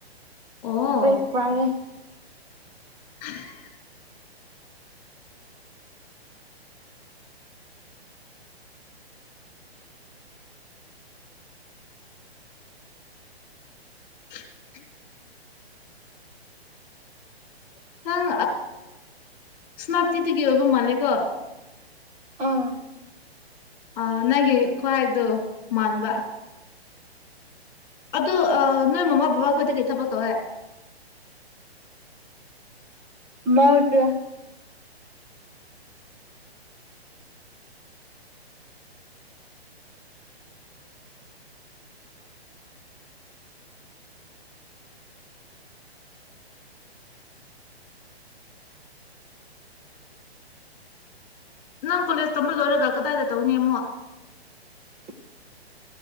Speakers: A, on the left; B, on the right.
A: ꯑꯣ
B: ꯭ꯔꯦꯠ ꯄꯔꯦ
A: <unintelligible> <unintelligible>
B: <unintelligible>
A: ꯅꯪ ꯁꯅꯞꯇꯤꯗꯗꯒꯤ ꯑꯣꯏꯕꯣ ꯃꯥꯀꯣ
B: ꯑꯥ
A: ꯑ ꯅꯪꯒꯤ ꯈ꯭ꯋꯥꯥꯏ ꯑꯗꯨꯣ ꯃꯥꯟꯕ ꯑ ꯅꯣꯏ ꯃꯃꯥ ꯕꯕꯥ ꯈꯣꯏꯗ ꯀꯩ ꯊꯕꯛ ꯇꯧꯋꯦ
B: <unintelligible>
A: ꯅꯪ ꯀꯣꯂꯦꯖ ꯇꯝꯕ ꯂꯣꯏꯔꯒ ꯀꯗꯥꯏꯗ ꯇꯧꯅꯤ ꯑꯃꯨ
B: <unintelligible>